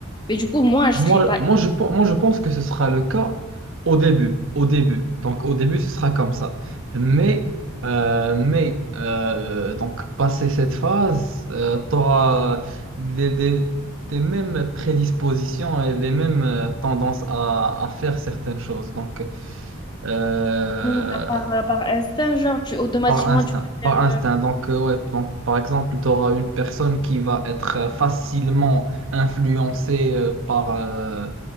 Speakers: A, on the left; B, on the right.
A: Mais du coup, moi, je
B: Moi,
A: serais pas...
B: moi, je, pen- moi, je pense que ce sera le cas au début. Au début. Donc, au début, ce sera comme ça. Mais, euh, mais euh, donc, passé cette phase, tu auras les, les- tes mêmes prédispositions et les mêmes euh, tendances à, à faire certaines choses. Donc, euh,
A: Genre, Par, euh, par instinct, genre, tu automatiquement,
B: par instinct.
A: tu vas
B: Par
A: faire...
B: instinct.
A: euh,
B: Donc, euh, ouais, donc, par exemple, tu auras une personne qui va être facilement influencée euh, par. euh,